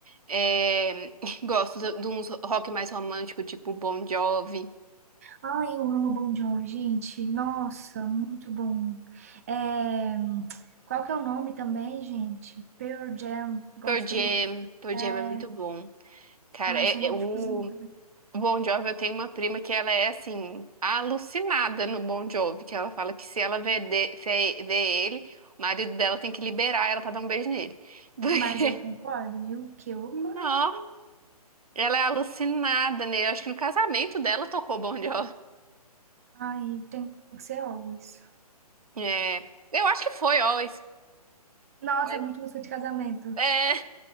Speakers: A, on the right; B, on the right.
A: É, <laughs> gosto de, de uns rock mais romântico, tipo Bon Jovi.
B: Ai, eu amo Bon Jovi, gente, nossa, muito bom. É, qual que é o nome também, gente? Pearl Jam, gosto
A: Pearl Jam.
B: muito.
A: Pearl
B: É,
A: Jam é muito bom. Cara,
B: é mais
A: é,
B: românticozinho
A: é o
B: também.
A: Bon Jovi, eu tenho uma prima que ela é, assim, alucinada no Bon Jovi, que ela fala que se ela vê, de- vê- vê ele, o marido dela tem que liberar ela pra dar um beijo nele. <laughs> Porque,
B: Mas eu concordo, viu? Que o coroa
A: não,
B: aqui
A: ela é alucinada nele. Eu acho que no casamento dela tocou Bon Jovi.
B: Ai, tem que ser always.
A: É, eu acho que foi Always.
B: Nossa,
A: Foi.
B: é muito música de casamento.
A: É. Eu-